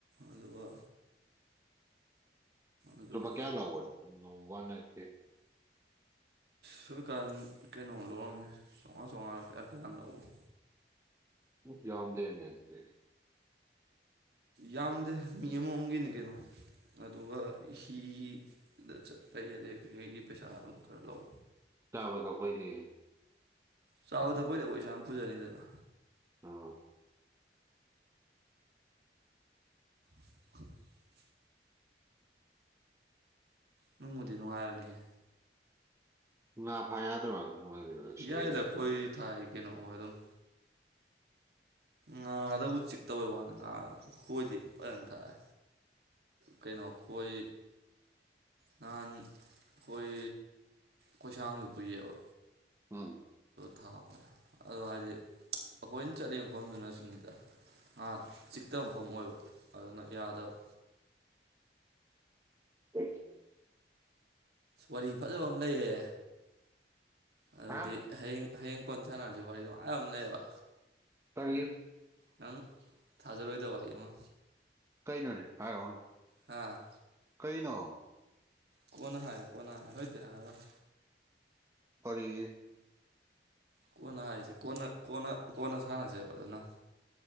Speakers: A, on the right; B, on the right.
A: ꯑꯗꯨꯒ ꯑꯗꯨꯝ
B: ꯂꯨꯄꯥ ꯀꯌꯥ ꯂꯧꯕ ꯅꯣꯡꯃ ꯋꯥꯟ ꯅꯥꯏꯠꯇꯤ
A: ꯁꯔꯀꯥꯟ ꯀꯩꯅꯣ ꯂꯧꯔꯝꯃꯤ ꯆꯧꯉꯥ ꯆꯧꯉꯥꯔ ꯀꯌꯥ ꯀꯌꯥꯅꯣ ꯂꯧꯕꯅꯦ
B: ꯎꯝ ꯌꯥꯎꯗꯦꯅꯦ ꯗꯨꯗꯤ
A: ꯌꯥꯝꯗꯦ ꯃꯤ ꯑꯃꯃꯝꯒꯤꯅꯦ ꯀꯩꯅꯣ ꯑꯗꯨꯒ ꯍꯤꯗ ꯆꯠꯄꯒꯤ ꯑꯗꯩ ꯀꯩꯀꯩꯒꯤ ꯄꯩꯁꯥ ꯑꯗꯨꯝ ꯈꯔ ꯂꯧ
B: ꯆꯥꯕ ꯊꯛꯄꯩꯗꯤ
A: ꯆꯥꯕ ꯊꯛꯄꯩꯗꯤ ꯑꯩꯈꯣꯏ ꯏꯁꯥꯅ ꯄꯨꯖꯅꯤꯗꯅ
B: ꯑꯥ
A: <inaudible> ꯅꯨꯡꯕꯨꯗꯤ ꯅꯨꯡꯉꯥꯏꯕꯅꯦꯍꯦ
B: ꯉꯥ ꯐꯥ ꯌꯥꯗ꯭ꯔꯣ <unintelligible>
A: ꯌꯥꯏꯗ ꯑꯩꯈꯣꯏ ꯊꯥꯏ ꯀꯩꯅꯣ ꯑꯣꯗꯗꯨꯝ ꯉꯥꯗꯕꯨ ꯆꯤꯛꯇꯕꯩ ꯋꯥꯅꯤ ꯉꯥ ꯈꯣꯏꯗꯤ ꯐꯖꯅ ꯊꯥꯛꯑꯦ ꯀꯩꯅꯣ ꯈꯣꯏ ꯅꯍꯥꯟ ꯈꯣꯏ ꯈꯣꯏꯁꯥꯡꯁꯨ ꯄꯨꯏꯌꯦꯕ
B: ꯎꯝ
A: ꯊꯥꯄꯅꯦ ꯑꯗꯣ ꯍꯥꯏꯗꯤ ꯑꯩꯈꯣꯏꯅ ꯆꯠꯂꯤꯕ ꯃꯐꯝꯗꯨꯅ ꯁꯤꯅꯤꯗ ꯑꯥ ꯆꯤꯛꯇ ꯃꯐꯝ ꯑꯣꯏꯕ ꯑꯗꯨꯅ ꯌꯥꯗꯕ
B: <unintelligible>
A: ꯋꯥꯔꯤ ꯐꯖꯕ ꯑꯃ ꯂꯩꯌꯦ ꯑꯗꯨꯗꯤ
B: ꯍꯥ
A: ꯍꯌꯦꯡ ꯍꯌꯦꯡ ꯀꯣꯟ ꯁꯥꯅꯔꯁꯤ ꯋꯥꯔꯤ ꯗꯣ ꯅꯨꯡꯉꯥꯏꯕꯃ ꯂꯩꯌꯦꯕ
B: ꯀꯔꯤ
A: ꯅꯪ ꯊꯥꯖꯔꯣꯏꯗꯕ ꯑꯩ ꯑꯃ
B: ꯀꯩ ꯅꯣꯅꯦ ꯍꯥꯏꯔꯑꯣꯅꯦ
A: ꯍꯥꯥ
B: ꯀꯩꯅꯣ
A: ꯀꯣꯟꯅꯥ ꯍꯥꯏ ꯀꯣꯅꯥ ꯍꯥꯏ ꯍꯧ ꯇꯤ ꯍꯥꯏꯔꯔꯣꯏ
B: ꯀꯔꯤꯒꯤ
A: ꯀꯣꯟꯅ ꯍꯥꯏꯁꯦ ꯀꯣꯟꯅ ꯀꯣꯟꯅ ꯀꯣꯟꯅ ꯁꯥꯟꯅꯁꯦꯕ ꯑꯗꯨꯅ